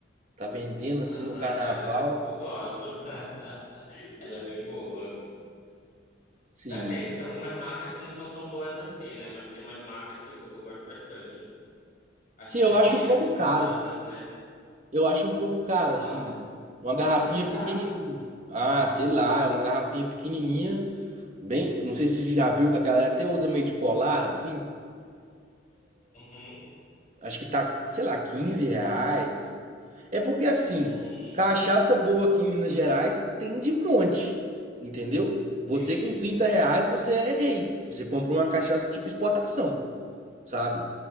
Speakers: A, on the right; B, on the left.
A: Tá vendendo, assim,
B: Aham,
A: no carnaval.
B: ela é. bo- Eu gosto. <laughs> Ela é bem boa.
A: Sim.
B: Depende, tem algumas marcas que não são tão boas assim, né? Mas tem umas marcas que eu, eu gosto bastante. As
A: Sim,
B: primeiras
A: eu acho um pouco
B: que começaram
A: caro.
B: a fazer.
A: Eu acho um pouco caro,
B: Nossa,
A: assim. Uma garrafinha
B: quanto é que tá?
A: pequenininha. Ah, sei lá, é uma garrafinha pequenininha. Bem, não sei se você já viu que a galera até usa meio de colar, assim.
B: Uhum,
A: Acho que tá, sei lá, 15 reais. É porque, assim,
B: hum
A: cachaça boa aqui em Minas Gerais tem de monte, entendeu?
B: Sim,
A: Você com 30 reais, você é rei. Você compra uma cachaça tipo exportação, sabe?